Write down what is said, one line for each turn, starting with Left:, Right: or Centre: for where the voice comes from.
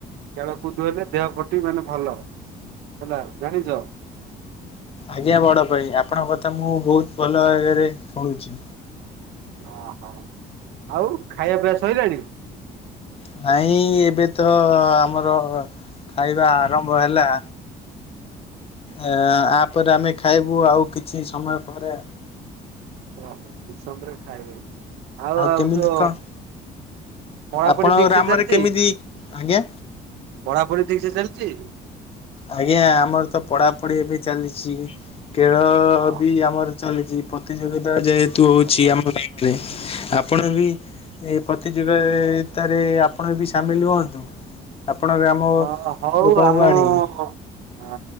Right: ଖେଳ କୁଦ ହେଲେ ଦେହ ପ୍ରତି ମାନେ ଭଲ, ହେଲା ଜାଣିଛ?
Left: ଆଜ୍ଞା ବଡ ଭାଇ ଆପଣଙ୍କ କଥା ମୁଁ ବହୁତ ଭଲ ଭାବରେ ଶୁଣୁଛି।
Right: ଓହୋ, ଆଉ ଖାଇବା ପିଇବା ସରିଲାଣି?
Left: ନାଇଁ ଏବେ ତ ଆମର ଖାଇବା ଆରମ୍ଭ ହେଲା, ଆ ଆପରେ ଆମେ ଖାଇବୁ ଆଉ କିଛି ସମୟ ପରେ।
Right: ଓହୋ, କିଛି ସମୟ ପରେ ଖାଇବେ ଆଉ ଆଉ
Left: କେମିତି
Right: ଯୋ
Left: କଣ
Right: ପଢ଼ାପଢ଼ି
Left: ଆପଣଙ୍କ
Right: ଠିକ୍
Left: ଗ୍ରାମରେ
Right: ସେ ଚାଲିଛି?
Left: କେମିତି ଆଜ୍ଞା
Right: ପଢ଼ାପଢ଼ି ଠିକ୍ ସେ ଚାଲିଛି?
Left: ଆଜ୍ଞା। ଆମର ତ ପଢ଼ାପଢ଼ି ବି ଚାଲିଛି ଖେଳ
Right: ହଁ
Left: ବି ଆମର ଚାଲିଛି ପ୍ରତିଯୋଗିତା ଯେହେତୁ ହେଉଛି
Right: ଆ ଭଲ
Left: ଆମ <unintelligible> ରେ ଆପଣ ବି ଏ ପ୍ରତିଯୋଗ--ତାରେ ଆପଣ ବି ସାମିଲ୍ ହୁଅନ୍ତୁ। ଆପଣ ଗ୍ରାମ
Right: ଅ ହଉ
Left: ଲୋକଙ୍କୁ
Right: ଆମ
Left: ଆଣିକି
Right: ଅ